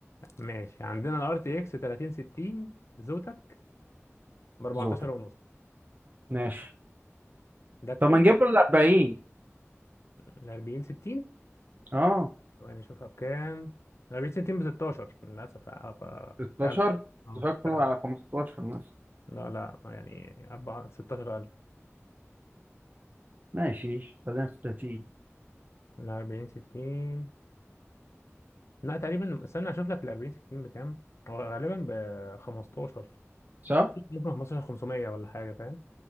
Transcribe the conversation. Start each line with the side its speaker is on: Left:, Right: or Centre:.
Left: ماشي عندنا الار تي اكس 3060 زوتك ب 14
Right: زوتك
Left: ونص
Right: ماشي
Left: ده كويس
Right: طب ما نجيب له ال 40
Left: ال 40 60
Right: اه
Left: وانا اشوفها بكام ال 40 60 ب 16 للاسف اه ف
Right: 16
Left: 1000 اه
Right: تفكروا
Left: فرق
Right: على 15 مثلا
Left: لا لا يعني 4 16000
Right: ماشي خلينا في 30
Left: ال 40 60 لا تقريبا استنى اشوف لك ال 40 60 بكام هو غالبا ب 15
Right: صح؟
Left: ممكن 15 500 ولا حاجه فاهم